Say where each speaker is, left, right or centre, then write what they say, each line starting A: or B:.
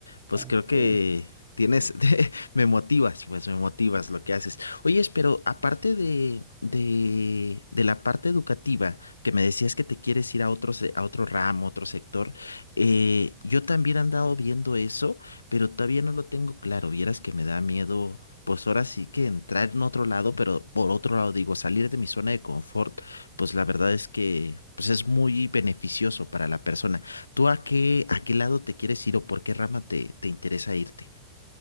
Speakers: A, on the left; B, on the right.
A: Pues
B: ¿eh?
A: creo que
B: Qué bien.
A: tienes, <laughs> de- me motivas, pues me motivas lo que haces. Oye, pero aparte de, de, de la parte educativa, que me decías que te quieres ir a otro, se- a otro ramo, otro sector, eh, yo también he andado viendo eso, pero todavía no lo tengo claro. Vieras que me da miedo, pues ahora sí que entrar en otro lado, pero por otro lado digo, salir de mi zona de confort, pues la verdad es que pues es muy beneficioso para la persona. ¿Tú a qué, a qué lado te quieres ir o por qué rama te, te interesa irte?